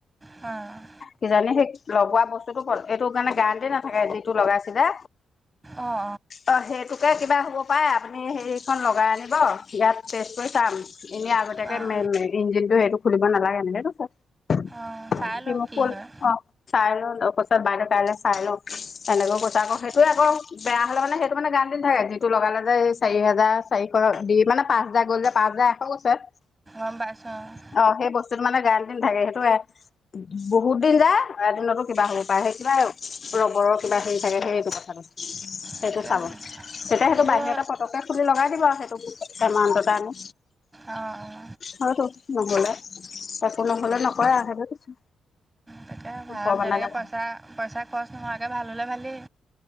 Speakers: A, on the right; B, on the left.
A: অ
B: কিজানি সেই লগোৱা বস্তুতটো এইটো কাৰণে গেৰাণ্টি না যিটো লগাইছিলে
A: অঁ অঁ
B: অ সেইটোকে কিবা হ'ব পাৰে আপুনি এইখন লগাই আনিব ইয়াত টেষ্ট কৰি চাম এনেই আগতিয়াকে
A: অঁ
B: ইঞ্জিনতটো সেইটো খুলিব নালাগে এনেকে কৈছে
A: উম চাই
B: সি
A: লও
B: মোক
A: কি
B: কল
A: হয়
B: অ চাই লওঁ কৈছে বাইদেউ কাইলৈ চাই লওঁ তেনেকেও কৈছে আকৌ সেইটোয়ে আকৌ বেয়া হ'লে মানে সেইটো মানে গান থাকে যিটো লগালে চাৰি হাজাৰ চাৰিশ দি মানে পাঁচ হাজাৰ গ'ল যে পাঁচ হাজাৰ এশ গৈছে
A: গম পাইছোঁ অ'।
B: অ সেই বস্তুতটো মানে গেৰাণ্টি নাথাকে সেইটোৱে বহুত দিন যায় এ দিনতো কিবা হ'ব পায় সেই কিবা ৰবৰৰ কিবা হেৰি থাকে সেইটো কথাটো সেইটো
A: তাকে
B: চাব তেতিয়া সেইটো
A: এইবোৰ
B: বাহিৰত পটকে খুলি লগাই দিব আৰু সেইটো এমাউণ্টতে আনি
A: অ অ।
B: হয়তো নহলে একো নকলে নকয় আৰু সেইটো কৈছো
A: তাকে ভাল
B: ভগৱানে
A: তেনেকে
B: জানে
A: পইচা পইচা খৰচ নোহোৱাকে ভাল হলে ভালেই